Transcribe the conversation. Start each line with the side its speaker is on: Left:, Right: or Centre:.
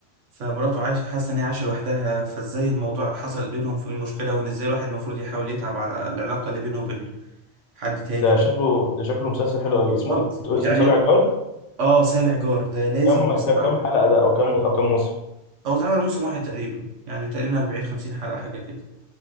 Right: فمراته عايش حاسه ان هي عايشه لوحدها فازاي الموضوع حصل بينهم في المشكله وان ازاي الواحد المفروض يحاول يتعب على العلاقه اللي بينه وبين حد تاني
Left: ده شكله ده شكله مسلسل حلو قوي اسمه
Right: طب
Left: اسمه
Right: يعني
Left: سابع جار
Right: اه سابع جار ده لازم
Left: كم
Right: تسمعه
Left: كم حلقه ده او كم او كم موسم
Right: هو اتعمل موسم واحد تقريبا يعني تقريبا 40 50 حلقه حاجه كده